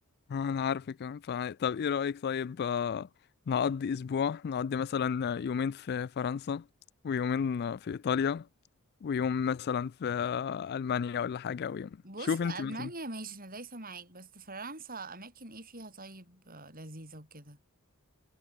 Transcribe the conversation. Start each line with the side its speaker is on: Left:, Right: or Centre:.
Left: آه، انا عارفك كمان ف... طب ايه رأيك طيب آه، نقضي اسبوع نقضي مثلا يومين في فرنسا ويومين في ايطاليا ويوم مثلا في آه، المانيا ولا حاجة او يوم
Right: بص
Left: شوف
Right: ألمانيا
Left: انت مثلا
Right: ماشي أنا دايسة معاك بس فرنسا أماكن إيه فيها طيب آه، لذيذة وكده